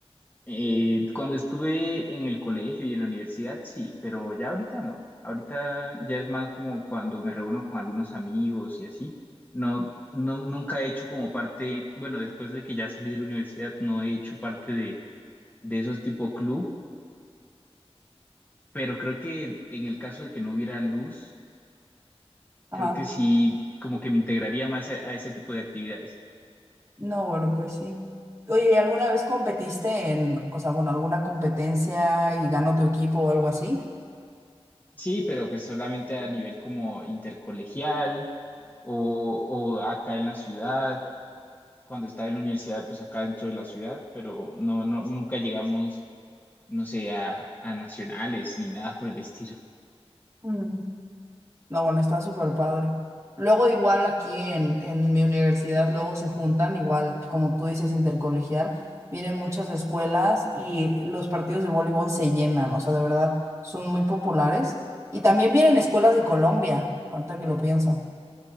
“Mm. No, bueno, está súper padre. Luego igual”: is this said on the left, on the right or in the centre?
Right